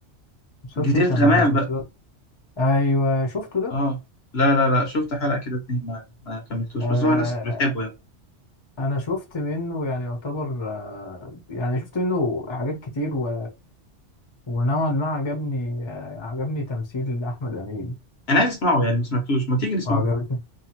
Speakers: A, on the left; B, on the left.
A: ومسلسل
B: جزيرة
A: كان
B: غمام
A: من المسلسلات
B: بقى
A: ايوه شفته ده
B: آه لا لا لا شفت حلقة كده اتنين ما, ما كملتوش
A: آه
B: بس هو ناس بتحبه يعني
A: انا شفت منه يعني يعتبر آه يعني شفت منه حاجات كتير و... ونوعا ما عجبني آه عجبني تمثيل احمد امين
B: أنا عايز أسمعه يعني ما سمعتوش ما تيجي نسمعه
A: وعجبتني